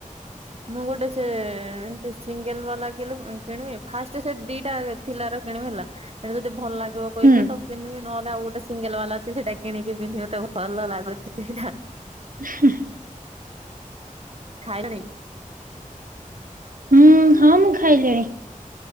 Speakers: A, on the right; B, on the right.
A: ମୁଁ ଗୋଟେ ସେ ଏଁ ସେ ସିଙ୍ଗେଲ ବାଲା କିଲିପ କିଣିବି ଫାଷ୍ଟ ସେ ଦିଇଟା ଥିଲାର କିଣିବି ହେଲା। ସେଟା ଯଦି ଭଲ ଲାଗିବ କହିଲେ
B: ହୁଁ
A: ତ ପିନ୍ଧିବି ନହେଲେ ଆଉ ଗୋଟେ ସିଙ୍ଗେଲ ବାଲା ଅଛି ସେଟା କିଣିକି ପିନ୍ଧି ମୋତେ ଭଲ ଲାଗୁଛି ସେଇଟା।
B: <inaudible>
A: ଖାଇଲଣି?
B: ହୁଁ ହଁ ମୁଁ ଖାଇଲିଣି।